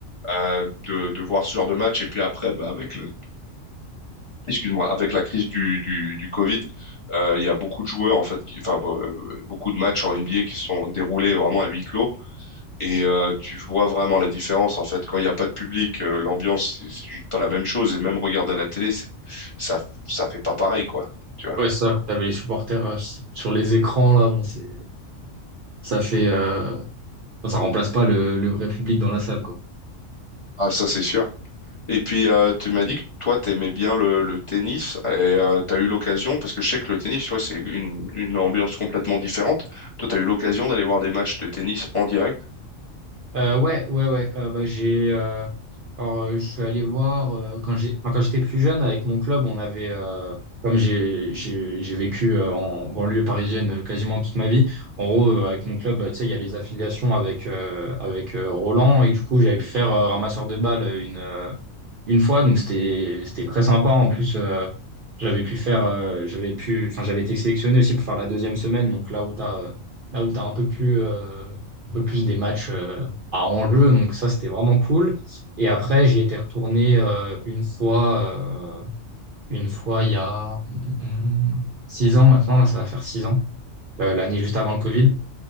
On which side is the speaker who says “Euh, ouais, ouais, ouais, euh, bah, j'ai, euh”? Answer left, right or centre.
Right